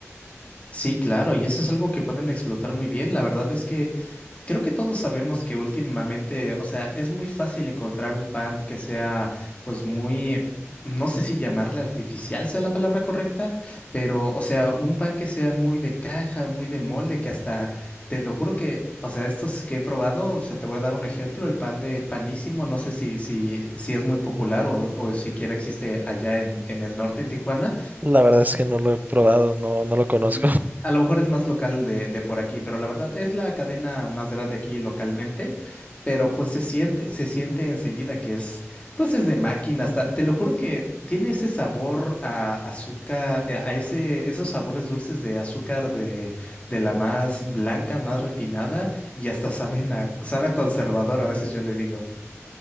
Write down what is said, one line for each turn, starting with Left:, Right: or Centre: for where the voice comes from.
Left: Sí, claro, y eso es algo que pueden explotar muy bien. La verdad es que Creo que todos sabemos que últimamente, o sea, es muy fácil encontrar un pan que sea, pues muy, no sé si llamarle artificial sea la palabra correcta, pero, o sea, un pan que sea muy de caja, muy de molde, que hasta, te lo juro que, o sea, estos que he probado, o sea, te voy a dar un ejemplo, el pan de Panísimo, no sé si, si, si es muy popular o, o siquiera existe allá en, en el norte, en Tijuana,
Right: La verdad es que no lo he probado, no, no lo conozco.
Left: no. A lo mejor es más local de, de por aquí, pero la verdad es la cadena más grande aquí localmente, pero pues se siente, se siente enseguida que es, pues es de máquina, hasta, te lo juro que tiene ese sabor a azúcar, eh, a ese, esos sabores dulces de azúcar de, de la más blanca, más refinada, y hasta saben a, sabe a conservador, a veces yo le digo.